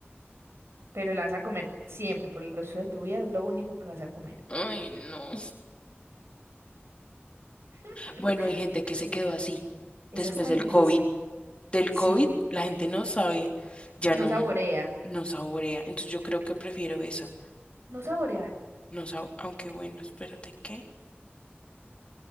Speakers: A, on the right (about 75°); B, on the left (about 25°).
A: pero la vas a comer siempre por el resto de tu vida, es lo único que vas a comer.
B: Ay, no.
A: <laughs>
B: Bueno, hay gente que se
A: E-
B: quedó así
A: Esa
B: después
A: está difícil,
B: del COVID. Del
A: sí,
B: COVID, la gente no sabe, ya
A: no
B: no,
A: saborea,
B: no saborea. Entonces yo creo que prefiero esa.
A: no saborear,
B: No sab- aunque bueno, espérate, ¿qué?